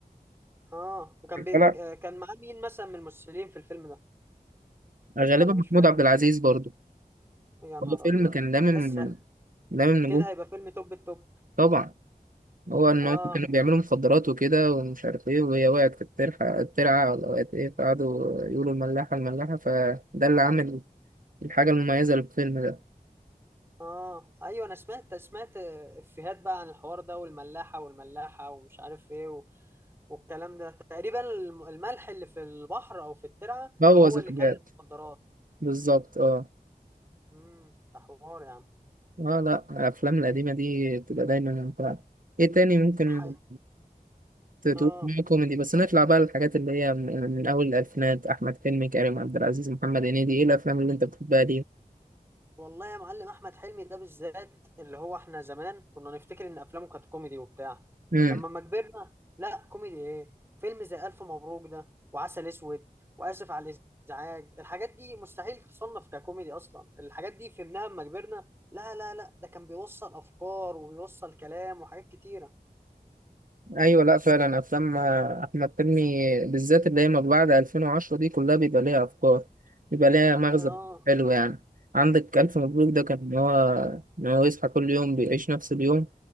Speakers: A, on the right; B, on the right.
A: اه وكان
B: كان
A: بيك
B: طالع
A: آه، كان معاه مين مثلا من الممثلين في الفيلم ده
B: غالبا
A: ولا
B: محمود
A: مش فارق
B: عبد العزيز برضو
A: يا نهار
B: هو فيلم
A: ابيض
B: كان لامم
A: بس ه-
B: لامم
A: كده
B: نجوم
A: هيبقى فيلم توب التوب
B: طبعا هو ان
A: اه
B: هم كانوا بيعملوا مخدرات وكده ومش عارف ايه وهي وقعت في الترعه الترعه ولا وقعت ايه فقعدوا يقولوا الملاحه الملاحه فده اللي عامل الحاجه المميزه للفيلم ده
A: اه ايوه انا سمعت سمعت آه، افيهات بقى عن الحوار ده والملاحه والملاحه ومش عارف ايه و... والكلام ده تقريبا الم- الملح اللي في البحر او في الترعه
B: بوظ
A: هو
B: الحاجات
A: اللي كان المخدرات
B: بالظبط اه
A: امم ده حوار يا عم
B: اه لا الافلام القديمه دي بتبقى دايما ممتعه ايه تاني ممكن
A: حي
B: تتوقع
A: اه
B: كوميدي بس نطلع بقى للحاجات اللي هي من من اول الالفينات احمد حلمي كريم عبد العزيز محمد هنيدي ايه الافلام اللي انت بتحبها
A: والله يا معلم احمد حلمي ده بالذات اللي هو احنا زمان كنا نفتكر ان افلامه كانت كوميدي وبتاع
B: دي
A: انما لما كبرنا لا كوميدي ايه فيلم زي الف مبروك ده وعسل اسود واسف على الازعاج الحاجات دي مستحيل تصنف ككوميدي اصلا الحاجات دي فهمناها لما كبرنا لا لا لا ده كان بيوصل افكار وبيوصل كلام وحاجات كتيرة
B: ايوه لا فعلا افلام احمد حلمي بالذات اللي هي ما بعد 2010 دي كلها بيبقى ليها افكار بيبقى ليها مغزى
A: اه
B: حلو يعني عندك الف مبروك ده كان ان هو ان هو يصحى كل يوم بيعيش نفس اليوم